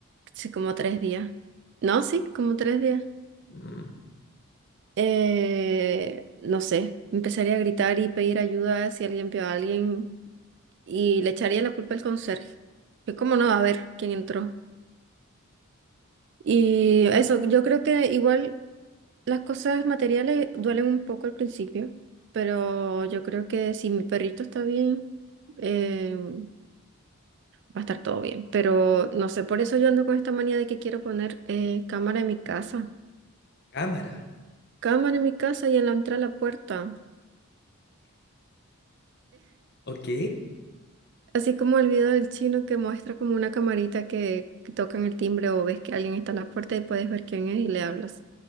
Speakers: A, on the right; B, on the left.
A: sí, como tres días. No, sí, como tres días.
B: Mm,
A: Eh, no sé, empezaría a gritar y pedir ayuda si alguien vio a alguien y le echaría la culpa al conserje. Que cómo no va a ver quién entró. Y eso, yo creo que igual Las cosas materiales duelen un poco al principio, pero yo creo que si mi perrito está bien, eh, va a estar todo bien. Pero no sé, por eso yo ando con esta manía de que quiero poner eh, cámara en mi casa.
B: cámara.
A: Cámara en mi casa y en la entrada a la puerta.
B: Ok,
A: Así como el video del chino que muestra como una camarita que, que tocan el timbre o ves que alguien está en la puerta y puedes ver quién es y le hablas.